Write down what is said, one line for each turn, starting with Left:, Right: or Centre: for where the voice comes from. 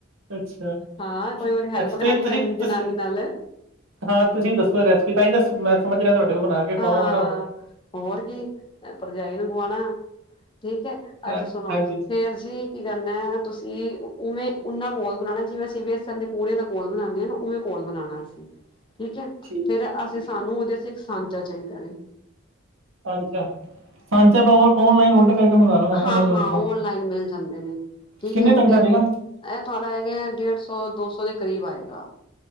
Right: ਅੱਛਾ-
Left: ਹਾਂ ਕੋਈ ਵਾਰੀ ਹੈਲਪ
Right: ਅੱਛਾ
Left: ਕਰਾਣੀ
Right: ਤੁ ਫਿਰ ਤੁਸੀਂ
Left: ਪੈਂਦੀ
Right: ਤੁਸੀਂ
Left: ਜਨਾਨੀ ਨਾਲ
Right: ਹਾਂ ਤੁਸੀਂ ਦੱਸੋ ਰੈਸਪੀ ਤਾਂ ਦੱਸ ਮੈਂ ਸਮਝ ਰਿਹਾ ਤੁਹਾਡੇ ਬਣਾ ਕੇ ਖਵਾਵਾਂਗਾ
Left: ਹਾਂ-ਹਾਂ
Right: ਨਾ ਉਹਨੂੰ
Left: ਹੋਰ ਕੀ ਭਰਜਾਈ ਨੂੰ ਖਵਾਣਾ ਠੀਕ ਹੈ।
Right: ਹਾਂ
Left: ਅੱਛਾ ਸੁਣੋ
Right: ਹਾਂਜੀ
Left: ਫੇਰ ਜੀ। ਕੀ ਕਰਨਾ ਤੁਸੀਂ ਉਵੇਂ ਉਨਾ ਘੋਲ ਬਣਾਣਾ ਜਿਵੇਂ ਅਸੀਂ ਬੇਸਣ ਦੇ ਪੂੜ ਦਾ ਘੋਲ ਬਣਾਨੇ ਆ ਨਾ ਉਵੇਂ ਘੋਲ ਬਣਾਣਾ ਅਸੀ ਠੀਕ ਹੈ
Right: ਠੀਕ
Left: ਫੇਰ
Right: ਹੈ
Left: ਅਸੀਂ
Right: ਠੀਕ
Left: ਸਾਨੂੰ
Right: ਹੈ।
Left: ਉਹਦੇ ਆਸਤੇ ਇੱਕ ਸਾਂਚਾ ਚਾਹੀਦਾ ਏ।
Right: ਸਾਂਚਾ ਸਾਂਚਾ ਮੈਂ ਓਨਲਾਈਨ ਓਡਰ ਕਰਕੇ ਮੰਗ ਲਾਂਗਾ
Left: ਹਾਂ-ਹਾਂ
Right: ਐਮਾਜੋਨ ਤੋਂ
Left: ਓਨਲਾਈਨ ਮਿਲ ਜਾਂਦੇ ਨੇ ਠੀਕ
Right: ਕਿੰਨੇ
Left: ਹੈ
Right: ਤੱਕ
Left: ਫਿਰ
Right: ਦਾ ਆ ਜਾਏਗਾ।
Left: ਇਹ ਤੁਹਾਡਾ ਹੈਗਾ ਡੇਢ ਸੌ ਦੋ ਸੌ ਦੇ ਕਰੀਬ ਆਏਗਾ।